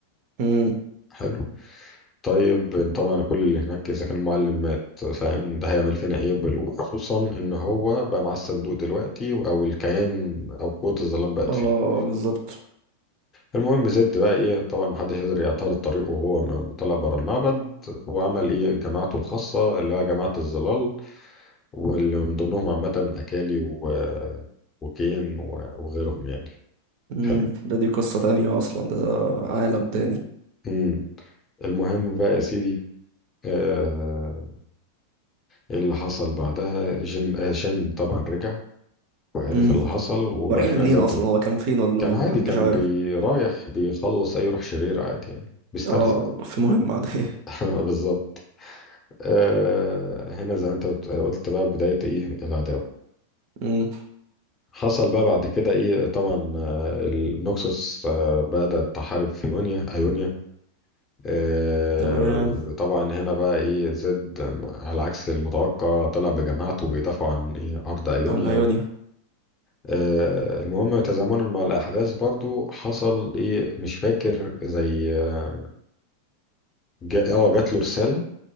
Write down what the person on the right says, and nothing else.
امم
اه
بالظبط
امم
ده دي قصة تانية اصلا ده, ده عالم تاني
امم
ورجع
منين
اصلا
هو كان فين ولا
ما
ما حدش
عارف
اه في مهمة عادية
امم
<laughs> تمام
عن ايونيا